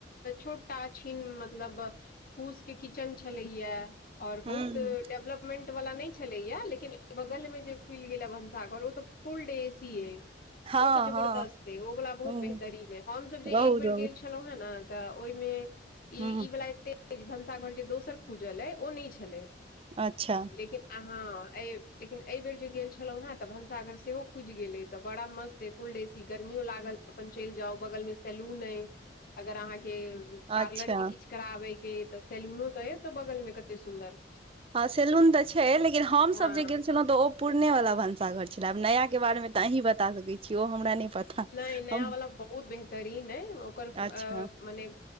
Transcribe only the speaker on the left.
छोटा छिन मतलब फूस के किचन छलैया और
बहुत डेवलपमेंट वाला नहि छलैया लेकिन बगलमे जे खुलि गेल हा भनसाघर ओ तऽ फुल डे सी अय
ओ तऽ जबरदस्त
अे ओ बला बहुत
बेहतरीन हे हमसभ जे
एक बेर
गेल छलहुँ हेँ ने तऽ ओहिमे ई
ई वला एते भनसाघर जे दोसर खूजल अइ ओ नहि छलै
लेकिन अहाँ लेकिन एहि बेर जे गेल छलौं हें तऽ भनसाघर सेहो खुज गेल गेले तऽ बड़ा मस्त अय फुल देसी गर्मियो लागल अपन चलि जाउ बगल मे सैलून अइ अगर अहाँके पार्लर
के किछु कराबे के तऽ सैलूनो तऽ एत बगल मे कते सुन्दर
हँ
नहि नया
वला बहुत बेहतरीन अय ओकर
मने